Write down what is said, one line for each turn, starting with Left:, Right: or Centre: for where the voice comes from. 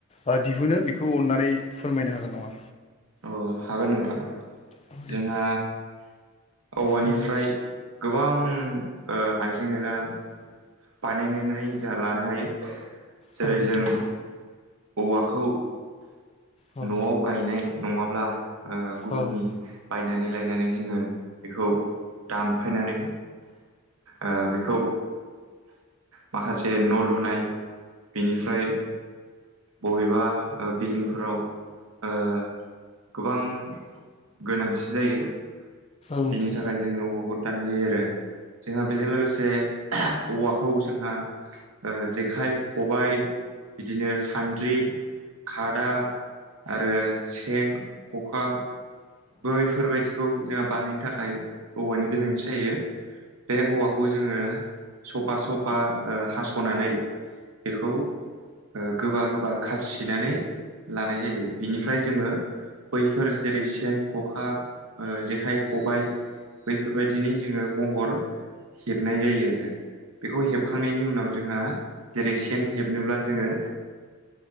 Left: ओ दिहुनो बेखौ अन्नानै फोरमायनो हागोन नामा?
Right: अ हागोन नोंथां
Left: औ दे
Right: जोंहा औवानिफ्राय
Left: औ
Right: गोबां ओ ओ हाइजें आयला बानायनानै जोंहा लानो हायो जेरै
Left: औ नोंथां
Right: जों औवाखौ
Left: औ
Right: न'आव गायनाय नङाब्ला ओ गुबुननि
Left: औ औ औ
Right: बायनानै लायनानै जोङो बेखौ दानफायनानै ओ बेखौ माखासे न' लुनाय बेनिफ्राय बबेबा ओ बिल्डिंफोराव ओ गोबां गोनांथि जायो
Left: नोंथां
Right: बेनि थाखाय जोङो औव खौ दान्नाय जायो आरो जोंहा बेजों लोगोसे औवाखौ स जोंहा ओ जेखाइ खबाय बिदिनो सान्द्रि खादा आरो सेन खखा बैफोरबायदि खौ जोंहा बानायनो थाखाय औवानि गोनांथि जायो बे औवाखौ जोङो सपा सपा ओ हास'नानै बेखौ ओ गोबा गोबा खाथि सैनानै लानाय जायो बिनिफ्राय जोङो बैफोर जेरै सेन, ख'खा ओ जेखाइ खबाय बैफोरबायदिनो जोङो महर हेबनाय जायो आरो बेखौ हेबखांनायनि उनाव जोंहा जेरै सेन हेबनोब्ला जोङो